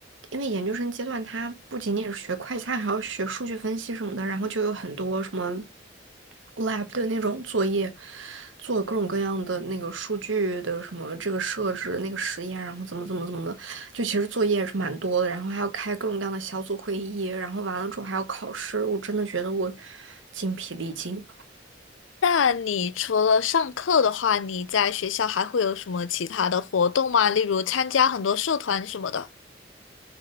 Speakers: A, on the right; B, on the left.
A: 因为研究生阶段，它不仅仅是学会计，它还要学数据分析什么的，然后就有很多什么 lab 的那种作业，做各种各样的那个数据的什么这个设置、那个实验，然后怎么怎么怎么的，就其实作业是蛮多的，然后还要开各种各样的小组会议，然后完了之后还要考试，我真的觉得我精疲力尽。
B: 那你除了上课的话，你在学校还会有什么其他的活动吗？例如参加很多社团什么的。